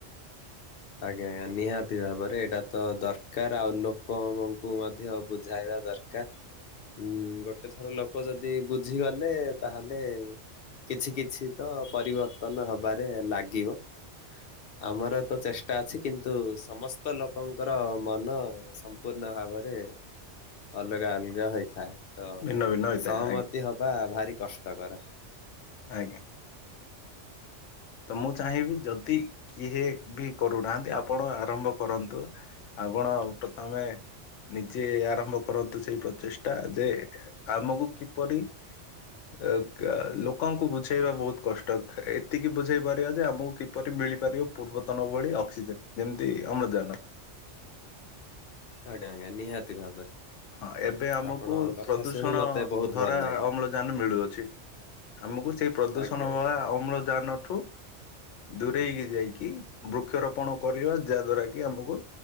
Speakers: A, on the left; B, on the left.
A: <inaudible>
B: ଆଜ୍ଞା ଆଜ୍ଞା ନିହାତି ଭାବରେ ଏଇଟା ତ ଦରକାର। ଆଉ ଲୋକଙ୍କୁ ମଧ୍ୟ ବୁଝାଇବା ଦର କାର। ଉଁ ଗୋଟେ ଥର ଲୋକ ଯଦି ବୁଝିଗଲେ ତାହେଲେ କିଛି କିଛି ତ ପରିବର୍ତ୍ତନ ହବାରେ ଲାଗିବ। ଆମର ତ ଚେଷ୍ଟା ଅଛି। କିନ୍ତୁ ସମସ୍ତ ଲୋକଙ୍କର ମନ ସମ୍ ସପୂର୍ଣ୍ଣ ଭାବରେ ଅଲଗା ଅଲଗା ହୋଇଥାଏ। ତ
A: ଭିନ୍ନ ଭିନ୍ନ ହୋଇଥାଏ
B: ସହମତି
A: ଆଜ୍ଞା
B: ହବା ଭାରି କଷ୍ଟକର।
A: ଆଜ୍ଞା। ତ ମୁଁ ଚାହିଁବି ଯଦି କିଏ ବି କରୁନାହାନ୍ତି ଆପଣ ଆରମ୍ଭ କରନ୍ତୁ। ଆପଣ ପ୍ରଥମେ ନିଜେ ଆରମ୍ଭ କରନ୍ତୁ ସେଇ ପ୍ରଚେଷ୍ଟା ଯେ ଆମକୁ କିପରି ଅ କା ଲୋକଙ୍କୁ ବୁଝେଇବା ବହୁତ କଷ୍ଟ ଥାଏ। ଏତିକି କି ବୁଝେଇ ପାରିବା ଯେ ଆମକୁ କିପରି ମିଳିପାରିବ ପୂର୍ବତନ ଭଳି ଅକ୍ସିଜେନ। ଯେମିତି ଅମ୍ଳଜାନ।
B: ଆଜ୍ଞା ଆଜ୍ଞ ନିହାତି ଭାବରେ।
A: ହଁ ଏବେ ଆମକୁ
B: ଆପଣଙ୍କ କଥା
A: ପ୍ରଦୂଷଣ
B: ଶୁଣି ମତେ ବହୁତ
A: ଭରା
B: ଭଲ ଲାଗିଲା।
A: ଅମ୍ଳଜା ଜାନ ମିଳୁଅଛି। ଆମକୁ ସେଇ ପ୍ରଦୂଷଣ
B: ଆଜ୍ଞା ଆଜ୍ଞା
A: ଭଳିଆ ଅମ୍ଳଜାନଠୁ ଦୂରେଇ ଯାଇକି ବୃକ୍ଷରୋପଣ କରିବା ଯା ଦ୍ଵାରା କି ଆମକୁ